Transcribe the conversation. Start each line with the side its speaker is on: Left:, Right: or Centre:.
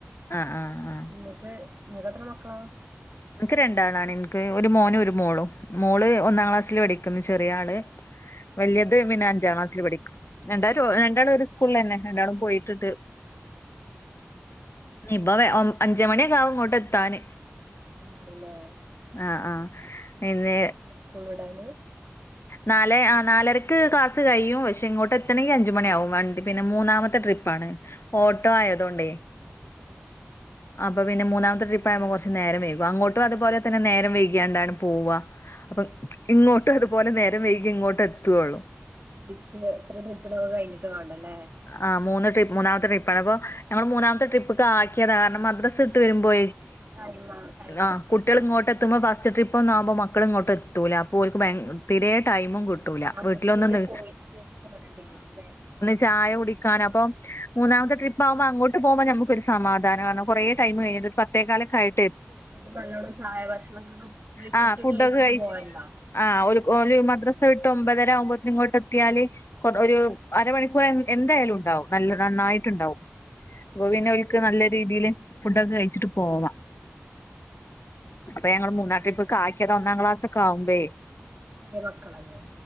Left: അ അ ആ
Right: ഇങ്ങക്ക് ഇങ്ങക്ക് എത്ര മക്കളാ
Left: ഇന്ക്ക് രണ്ടാളാണ് ഇന്ക്ക് ഒരു മോനും ഒരു മോളും മോള് ഒന്നാം ക്ലാസ്സില് പഠിക്ക്ന്ന് ചെറിയ ആള് വല്ലേന്ത് പിന്നെ അഞ്ചാ ക്ലാസ്സിൽ പഠി രങ്ങാരു രണ്ടാളും ഒരു സ്കൂളന്നെ രണ്ടാളും പോയിട്ട്ണ്ട് ഇനി ബ ഒ അഞ്ച്മണി ഒക്കേ ആവും ഇങ്ങോട്ട് എത്താന്
Right: രണ്ടാളുല്ലേ
Left: ആഹ് ആഹ് പിന്നെ
Right: കൂൾ വിടാൻ
Left: നാലേ ആ നാലരക്ക് ക്ലാസ് കഴിയും പക്ഷെ ഇങ്ങോട്ട എത്തണങ്കി അഞ്ച് മണിയാവും വണ്ടി പിന്നെ മൂന്നാമത്തെ ട്രി പ്പാണ് ഓട്ടോ
Right: ആഹ്
Left: ആയതൊണ്ട യ്
Right: ആഹ് ആഹ്
Left: അപ്പൊ പിന്നെ മൂന്നാമത്തെ ട്രിപ്പാവുമ്പോ കൊറച്ച് നേരം വെയ്കും അങ്ങോട്ടും അതുപോലെ തന്ന നേരം വൈകിയാണ്ടാൺ പോവ അപ്പ
Right: ആഹ്
Left: ഇങ്ങോട്ടും അതുപോലെ നേരം വൈകി ഇങ്ങോട്ടെത്തൊള്ളു
Right: ഡിപ്പ് എത്ര ട്രിപ്പ് ടൊക്കെ കഴിഞ്ഞിട്ട് വേണ്ടല്ലേ
Left: ആഹ് മൂന്ന് ട്രി മൂന്നാമത്തെ ട്രിപ്പാണ് അപ്പോ ഞങ്ങൾ മൂനാമത്തെ ട്രിപ്പ്ക്ക് ആക്കിയതാ കാരണം മദ്ദ്രസ ഇട്ട് വരുബോ
Right: ടൈമ് ടൈം
Left: ആ
Right: എടുക്കും
Left: കുട്ട്യെൾ
Right: ആഹ്
Left: ഇങ്ങോട്ട എത്തുമ്പോ ബസ്റ്റ് ട്രിപ്പ് ഒന്ന് ആമ്പോ മ മക്കൾ ഇങ്ങോട്ട് എത്തൂല അപ്പൊ ഓൽക്ക് ബയ തിരേ ടൈമും കിട്ടൂല
Right: മദ്രസ
Left: വീട്ടിലൊന്ന്നി
Right: പിന്നെ <unintelligible>
Left: ചായ കുടിക്കാന അപ്പം മൂന്നാമത്തെ
Right: ആഹ്
Left: ട്രി ആാവ്പ അങ്ങോട്ട് പോപോ നമുക്ക് ഒരു സമാധാനം ആൺകുറേ ടൈം കഴിഞ്ഞട്ട് ഒര് പത്തേകാല് ഒക്കെആയിട്ട്
Right: കുട്ടികൾ നല്ലോണം ചായ ഭക്ഷനക്കൊ ബ്രേക്ക്ഫാസ്റ്റാക്കെ
Left: ആഹ് ഫുഡൊക്കെ
Right: കഴിച്ചിട്ട്
Left: കഴിച്ച്
Right: പോവല് ഇണ്ടാ
Left: ആഹ് ഓല് മദ്രസ വിട്ട് ഒമ്പതര ആവുമ്പോതിന് ഇങ്ങോട്ട് എത്തിയാല് കൊ ഒര് അരമണി ക്കു എന്തായാലും ണ്ടാവും നല്ല നന്നായിട്ട്ണ്ടാവും അപ്പൊ പിന്നോല്ക് നല്ല രീതിൽ ഫുഡൊക്കെ കഴിച്ചിട്ട് പോവ
Right: <inaudible>
Left: അപ്പ ഞങ്ങൾ മുന്നാട്രിപ്പ്ക്ക് ആക്കിത ഒന്നാം ക്ലാസാക്കേആവുമ്പേ
Right: <unintelligible> മക്കളല്ലേ